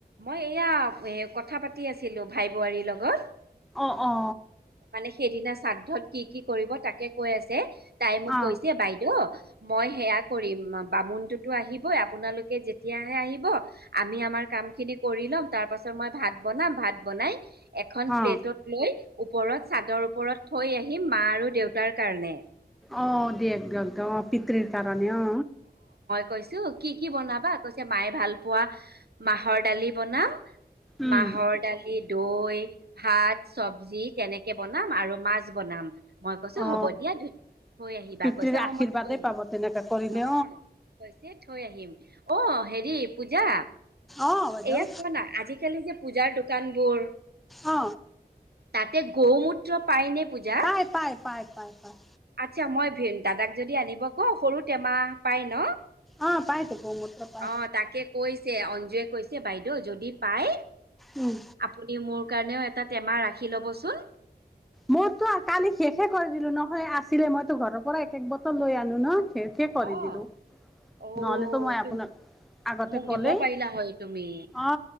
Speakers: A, on the right (about 75°); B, in the centre.
A: মই এয়া এ কথা পাতি আছিলো ভাই বোৱাৰীৰ লগত
B: অ অ
A: মানে সেইদিনা শ্ৰাদ্ধত কি কি কৰিব তাকে কৈ আছে তাই মোক
B: অ
A: কৈছে বাইদেউ মই সেয়া কৰিম বামুন টোতো আহিবই আপোনালোকে যেতিয়া আহে আহিব আমি আমাৰ কাম খিনি কৰি লম তাৰ তাৰ পাছত মই ভাত বনাম ভাত বনাই এখন পেলেটত
B: অ
A: লয় ওপৰত চাদৰ ওপৰত থৈ আহিম মা আৰু দেউতাৰ কাৰণে
B: অ দিয় <inaudible> অ পিতৃৰ কাৰণে অ
A: কৈছো কি কি বনাবা কৈছে মায়ে ভাল পোৱা মাহৰ দালি বনাম
B: উম
A: মাহৰ দালি দৈ ভাত চবজি তেনেকে বনাম আৰু মাছ বনাম মই কৈছো
B: অ
A: হ'ব দিয়া থয় আহিবা
B: পিতৃৰ
A: কৈছে অ
B: আশীৰ্বাদে
A: মই থৈ
B: পাব তেনেকে কৰিলে
A: আহিম অ কৈছে থৈ আহিম অ অ হেৰি পূজা
B: অ বাইদেউ
A: এয়া ক ন আজিকালি যে পূজাৰ দোকানবোৰ
B: অ
A: তাতে গৌমূত্ৰ পাই নে পূজা
B: পায় পায় পায় পায় পায়
A: আচ্ছা মই ভ দাদাক যদি আনিব ক সৰু টেমা পাই ন
B: অ পাই তো গৌমূত্ৰ পাই
A: অ তাকে কৈয় অঞ্জুৱে কৈছে বাইদেউ যদি পাই
B: উম
A: আপুনি মোৰ কাৰণেও এটা টেমা ৰাখি ল'বচোন
B: মোৰতো কালি শেষহে কৰি দিলো নহয় আছিলে মইতো ঘৰৰ পৰা এক বটল লৈ আনো ন শেষে কৰি
A: অ
B: দিলোঁ
A: অ
B: নহ'লেতো মই
A: তুমি
B: আপোনাক আগতে
A: মোক
B: ক'লেই
A: দিব পাৰিলা হয় তুমি
B: অ